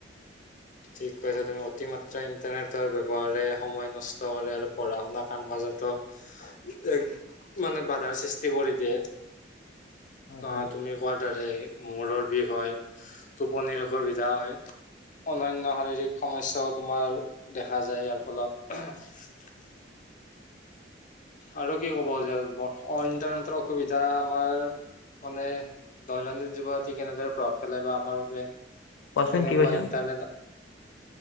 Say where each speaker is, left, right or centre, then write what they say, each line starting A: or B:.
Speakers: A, on the left; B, on the left.
A: ঠিক কৈছা তুমি অতিমাত্ৰা ইন্টাৰনেটৰ ব্যৱহাৰে সময় নষ্ট কৰে আৰু পঢ়া শুনা কাম কাজত ত, ‌এক, মানে বাধাৰ সৃষ্টি কৰি দিয়ে।
B: হয়
A: অ'
B: হয়
A: তুমি কোৱাৰ‌ দৰে। মূৰৰ বিষ হয়, টোপনিৰ অসুবিধা হয়, ‌অন্য ন শাৰীৰিক সমস্যাও তোমাৰ দেখা যায় ইয়াৰ ফলত।
B: <inaudible>
A: আৰু কি ক'ব যে <unintelligible> ইণ্টাৰনেটৰ অসুবিধা আমাৰ মানে দৈনন্দিন জীৱনত ই কেনেদৰে প্ৰভাৱ পেলাই বা আমাৰ বাবে
B: কোৱাচোন
A: কেনেকুৱা
B: কি কৈছা
A: ইণ্টাৰনেট